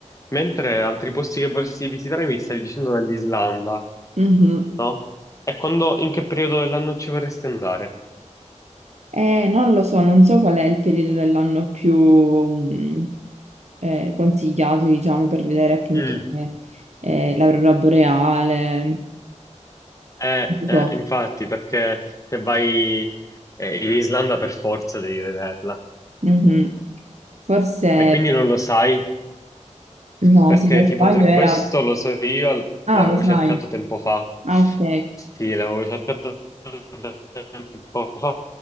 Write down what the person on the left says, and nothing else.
Mentre altri posti che vorresti visitare mi stavi dicendo dell'Islanda,
no? E quando, in che periodo dell'anno ci vorresti andare?
Mm.
Eh,
eh,
infatti, perché se vai eh, in Islanda per forza devi vederla.
E quindi non lo sai,
perché
tipo
tre-
questo lo so io,
l'avevo
cercato tempo fa.
Sì, l'avevo cercato tempo fa